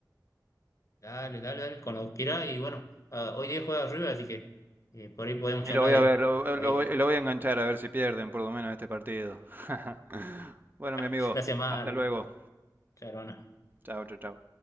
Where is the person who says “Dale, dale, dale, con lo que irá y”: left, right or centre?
Left